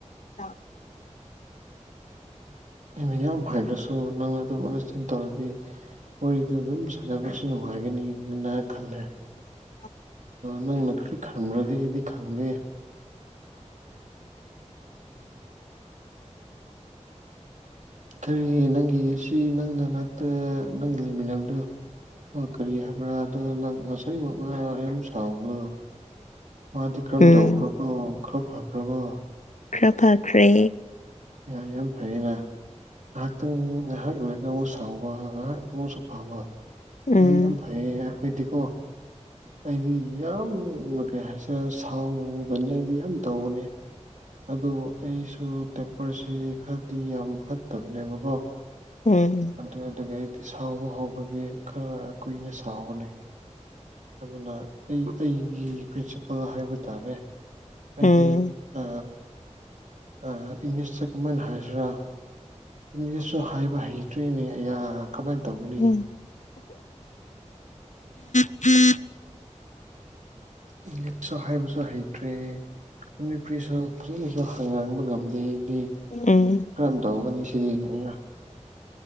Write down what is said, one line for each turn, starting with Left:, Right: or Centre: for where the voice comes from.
Left: ꯑ
Right: ꯑꯩꯅ ꯌꯥꯝ ꯍꯥꯏꯗ꯭ꯔꯁꯨ ꯅꯪꯅ ꯑꯗꯨꯝ ꯑꯗꯁꯇꯦꯟ ꯇꯧꯔꯗꯤ ꯃꯗ ꯑꯗꯨꯝ ꯁꯥꯟꯅꯕꯁꯨ ꯅꯨꯡꯉꯥꯏꯒꯅꯤꯅ ꯈꯜꯂꯦ
Left: <inaudible>
Right: ꯅꯪꯅ ꯈ꯭ꯔꯤ ꯈꯟꯕ꯭ꯔꯗꯤ ꯑꯩꯗꯤ ꯈꯪꯗꯦ ꯀꯔꯤ ꯅꯪꯒꯤ ꯁꯤ ꯅꯪꯅ ꯅꯅꯥꯛꯇ ꯅꯪꯒ ꯂꯩꯃꯤꯟꯅꯕꯗꯣ ꯀꯔꯤ ꯍꯥꯏꯕ꯭ꯔꯥ ꯑꯗꯣ ꯅꯪ ꯉꯁꯥꯏꯃꯛꯅ ꯌꯥꯝ ꯁꯥꯎꯕꯅꯣ ꯃꯥꯗꯤ ꯀꯔꯝ
Left: ꯎꯝ
Right: ꯇꯧꯈ꯭ꯔꯕꯣ ꯈꯔ ꯐꯈ꯭ꯔꯕꯣ
Left: ꯀ꯭ꯄꯈ꯭ꯔꯦ
Right: ꯌꯥ ꯌꯥꯝ ꯐꯩꯌꯦꯅ ꯉꯥꯏꯍꯥꯛꯇꯪ ꯉꯥꯏꯍꯥꯛ ꯂꯩꯒ ꯑꯃꯨꯛ ꯁꯥꯎꯕ ꯉꯥꯏꯍꯥꯛ ꯑꯃꯁꯨꯛꯁꯨ ꯐꯕ
Left: ꯎꯝ
Right: ꯑ ꯌꯥꯝ ꯐꯩꯌꯦ ꯑꯩꯈꯣꯏꯗꯤꯀꯣ ꯑꯩꯗꯤ ꯌꯥꯝ ꯀꯩ ꯍꯥꯏꯁꯔꯦ ꯁꯥꯎꯗꯅꯤ ꯑꯩꯗꯤ ꯌꯥꯝ ꯇꯧꯕꯅꯤ ꯑꯗꯨ ꯑꯩꯁꯨ ꯇꯦꯝꯄꯔꯁꯤ ꯈꯔꯗꯤ ꯌꯥꯝ ꯐꯠꯇꯕꯅꯦꯕꯀꯣ
Left: ꯎꯝ
Right: ꯑꯗꯨꯗꯒꯤ ꯑꯩꯗꯤ ꯁꯥꯎꯕ ꯍꯧꯕꯗꯤ ꯈꯔ ꯀꯨꯏꯅ ꯁꯥꯎꯒꯅꯤ ꯑꯗꯨꯅ ꯑꯩ ꯑꯩꯒꯤ ꯄ꯭ꯔꯤꯟꯁꯤꯄꯜ ꯍꯥꯏꯕ ꯇꯥꯔꯦ ꯍꯥꯏꯗꯤ
Left: ꯎꯝ
Right: ꯑ ꯑ ꯏꯪꯂꯤꯁ ꯆꯀꯃꯦꯟ ꯍꯥꯏꯖꯔꯥ ꯏꯪꯂꯤꯁꯁꯨ ꯍꯥꯏꯕ ꯍꯩꯇ꯭ꯔꯤꯅꯦ ꯑ ꯀꯃꯥꯏꯅ ꯇꯧꯒꯅꯤ
Left: ꯎꯝ ꯎꯝ
Right: ꯎꯩ ꯑꯍꯥꯏ ꯁꯔ ꯍꯠ ꯇ꯭ꯔꯦ ꯃꯅꯤꯄꯨꯔꯤꯁꯨ ꯐꯖꯅꯁꯨ ꯍꯉꯥꯡꯕ ꯉꯝꯗꯦ
Left: ꯎꯝ
Right: ꯀꯔꯝ ꯇꯧꯒꯅꯤ ꯁꯤꯗꯤ ꯑꯩꯅ